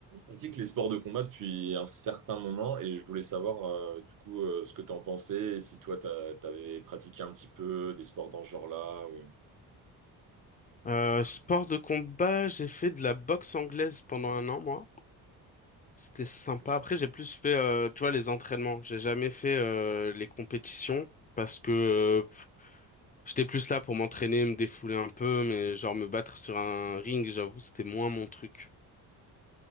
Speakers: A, on the right; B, on the left.
A: pratique les sports de combat depuis un certain moment et je voulais savoir euh, du coup euh, ce que t'en pensais et si toi t'a- t'avais pratiqué un petit peu des sports dans ce genre-là. ou-
B: Euh, sport de combat, j'ai fait de la boxe anglaise pendant un an, moi. C'était sympa.
A: Ok.
B: Après, j'ai plus fait, euh, tu vois, les entraînements. J'ai jamais fait euh, les compétitions parce que euh, j'étais plus là pour m'entraîner, me défouler un peu, mais genre me battre sur un ring, j'avoue, c'était moins mon truc.